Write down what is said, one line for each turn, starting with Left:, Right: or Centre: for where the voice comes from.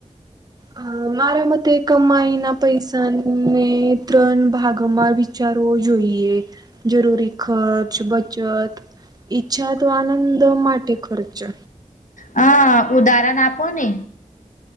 Right: હ મારા મતે કમાઈ ના પૈસા ને ત્રણ ભાગમાં વિચારવો જોઈએ. જરૂરી ખર્ચ બચત. ઈચ્છા તો આનંદ માટે ખર્ચો.
Left: હ ઉદાહરણ આપો ને